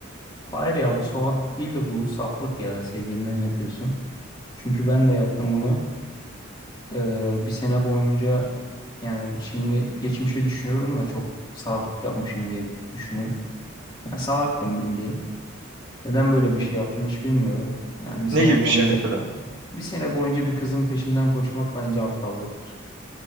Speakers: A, on the left; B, on the right.
A: Hayır ya bu salaklık değil de bu saflık ya sevginden yapıyorsun. Çünkü ben de yaptım bunu. E, bir sene boyunca yani şimdi geçmişe düşünüyorum da çok salaklık yapmışım diye düşünüyorum. Yani salaktım bildiğin. Neden böyle bir şey yaptım hiç bilmiyorum. Yani bir sene
B: Ne gibi
A: boyunca
B: bir şey mesela?
A: bir sene boyunca bir kızın peşinden koşmak bence aptallıktır